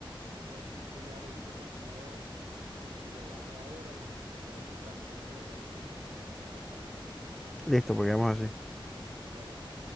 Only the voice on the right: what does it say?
no, sí, sí, dale, yo te cuento, yo voy a ver si, si la llamo ahora y, y hablo un rato con ella para decir, solucionamos las vainas.
Dale, pues.